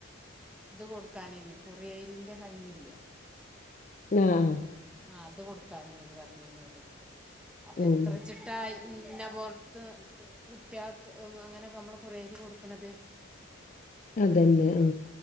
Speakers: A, in the centre; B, on the left.
A: ത് കൊടുക്കാനേനി കുറിയേരിന്റെകഞ്ഞില്ലേ
B: ആഹ്
A: ആ അത് കൊടുക്കാനേനു പറഞ്ഞീര്ന്നത് അപ്പൊ
B: ഉം
A: എത്ര ച്ചിട്ടായി ഇന്ന പുറത്ത് കുട്ട്യാക്ക് അങ്ങനെയൊക്കെ നമ്മള് കുറിയരി കൊടുക്ക്ണത്
B: അതന്നെ ആ